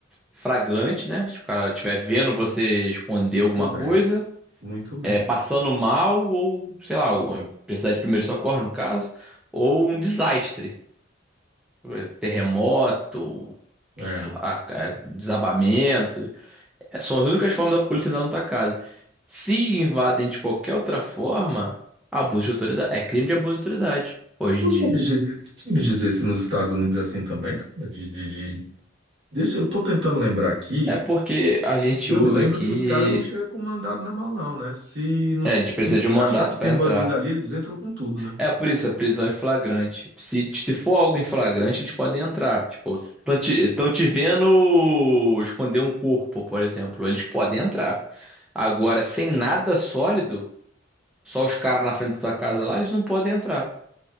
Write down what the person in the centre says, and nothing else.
fragrante, né? Se o cara estiver vendo você esconder
alguma
coisa,
é, passando mal, ou sei lá, ou precisar de primeiro socorro, no caso, ou um desastre, é, terremoto,
a- a- desabamento. É, São as únicas formas da polícia entrar na tua casa. Se invadem de qualquer outra forma, abuso de autoridade. É crime de abuso de autoridade hoje
em
dia.
É porque a gente
usa
aqui.
É, eles
precisam de um mandato
para
entrar.
É por isso, a prisão em flagrante. Se, se for algo em flagrante, eles podem entrar. Tipo, estão te, tão te vendo esconder um corpo, por exemplo. Eles podem entrar. Agora, sem nada sólido, só os caras na frente da tua casa lá, eles não podem entrar.